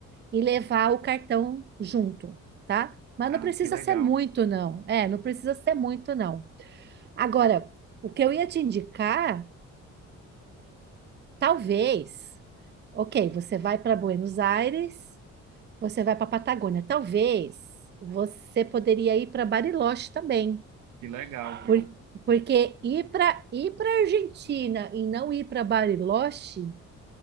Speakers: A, on the right; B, on the right.
A: e levar o cartão junto, tá? Mas
B: Ah,
A: não precisa
B: que legal,
A: ser muito, não. É, não precisa ser muito, não. Agora, o que eu ia te indicar Talvez, ok, você vai para Buenos Aires, você vai para Patagônia. Talvez você poderia ir para Bariloche também,
B: que legal, viu?
A: por- porque ir para ir para Argentina e não ir para Bariloche